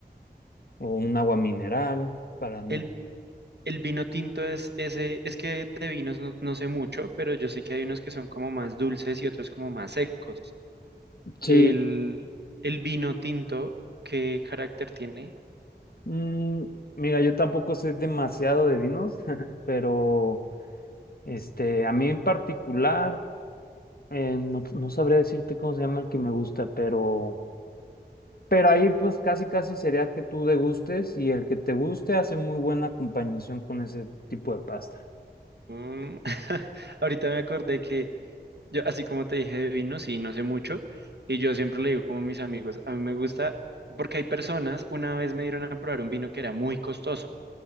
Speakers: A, on the left; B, on the right.
A: o un agua mineral para no.
B: El, el vino tinto es ese, es que de vinos no, no sé mucho, pero yo sé que hay unos que son como más dulces y otros como más secos.
A: Sí,
B: El, el vino tinto, ¿qué carácter tiene?
A: mm, mira, yo tampoco sé demasiado de vinos, <laughs> pero este, a mí en particular, eh, no, no sabría decirte cómo se llama el que me gusta, pero, pero ahí pues casi casi sería que tú degustes y el que te guste hace muy buena acompañación con ese tipo de pasta.
B: Mm, <laughs> Ahorita me acordé que yo, así como te dije de vino, sí, no sé mucho, y yo siempre le digo como a mis amigos, a mí me gusta, porque hay personas, una vez me dieron a probar un vino que era muy costoso,